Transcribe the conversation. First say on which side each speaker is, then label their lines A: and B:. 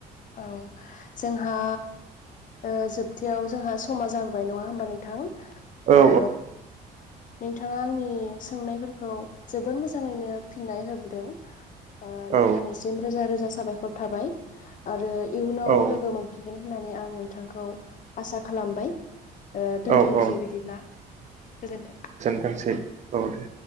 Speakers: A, on the left (about 50°); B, on the right (about 45°).
A: औ जोंहा ओ जोबथायाव जोंहा समा जाबोबाय नङा होमबा नों थां ओ
B: औ
A: नोंथाङा आंनि सोंनायफोरखौ जोबोर मोजाङैनो फिननाय होबोदों। अ
B: औ
A: नोंथांनिसिम रोजा रोजा साबायखर थाबाय आरै इयुनाव
B: औ
A: लोगो मोनफिगोन होननानै आं नोंथांखौ आसा खालामबाय। ओ दोनथनोसै
B: औ औ
A: बिदिब्ला गोजोन्थों
B: दांनोसै औ दे